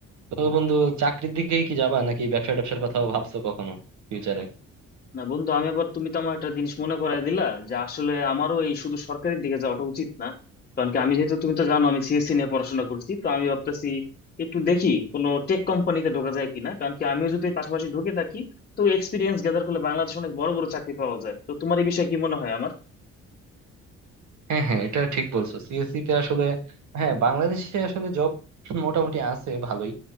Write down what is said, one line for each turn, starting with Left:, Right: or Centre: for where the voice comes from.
Right: তো বন্ধু চাকরির দিকেই কি যাবা নাকি ব্যবসা ট্যাবসার কথাও ভাবছো কখনো ফিউচারে
Left: না বন্ধু আমি আবার তুমি তো আমার একটা জিনিস মনে করায় দিলা যে আসলে আমারও এই শুধু সরকারের দিকে যাওয়াটা উচিত না কারণ কি আমি যেহেতু তুমি তো জানো আমি সিএসসি নিয়ে পড়াশোনা করছি তো আমি ভাবতেছি একটু দেখি কোনো টেক কোম্পানিতে ঢোকা যায় কিনা কারণ কি আমিও যদি পাশাপাশি ঢুকে থাকি তো এক্সপিরিয়েন্স গ্যাদার করলে বাংলাদেশে অনেক বড় বড় চাকরি পাওয়া যায় তো তোমার এই বিষয়ে কি মনে হয় আমার
Right: হ্যাঁ হ্যাঁ এটা ঠিক বলছো সিএসসি তে আসলে হ্যাঁ বাংলাদেশে আসলে জব মোটামুটি আছে ভালোই